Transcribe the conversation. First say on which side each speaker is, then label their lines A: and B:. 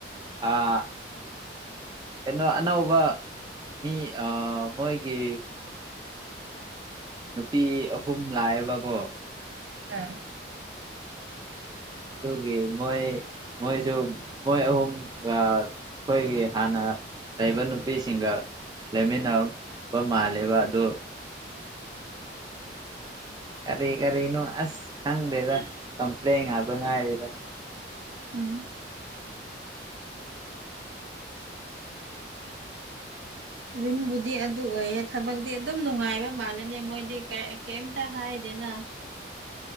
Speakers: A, on the right; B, on the right.
A: ꯑꯥ ꯀꯩꯅꯣ ꯑꯅꯧꯕ ꯃꯤ ꯑꯥ ꯃꯣꯏꯒꯤ ꯅꯨꯄꯤ ꯑꯍꯨꯝ ꯂꯥꯛꯑꯦꯕꯀꯣ
B: <unintelligible>
A: ꯗꯨꯒꯤ ꯃꯣꯏ ꯃꯣꯏꯁꯨ ꯃꯣꯏ ꯑꯍꯨꯝꯒ ꯑꯩꯈꯣꯏꯒꯤ ꯍꯥꯟꯅ ꯂꯩꯕ ꯅꯨꯄꯤꯁꯤꯡꯒ ꯂꯩꯃꯤꯟꯅ ꯕ ꯃꯥꯜꯂꯦꯕ ꯑꯗꯨ ꯀꯔꯤ ꯀꯔꯤꯅꯣ ꯑꯁ ꯈꯪꯗꯦꯗ ꯀꯝꯄ꯭ꯂꯦꯟ ꯉꯥꯛꯗ ꯉꯥꯏꯔꯦꯗ
B: ꯎꯝ ꯔꯨꯝꯕꯨꯗꯤ ꯑꯗꯨ ꯑꯣꯏꯌꯦ ꯊꯕꯛꯇꯤ ꯑꯗꯨꯝ ꯅꯨꯡꯉꯥꯏꯕ ꯃꯥꯜꯂꯦꯅꯦ ꯃꯣꯏꯗꯤ ꯀꯩ ꯀꯌꯦꯝꯇ ꯍꯥꯏꯗꯦꯅ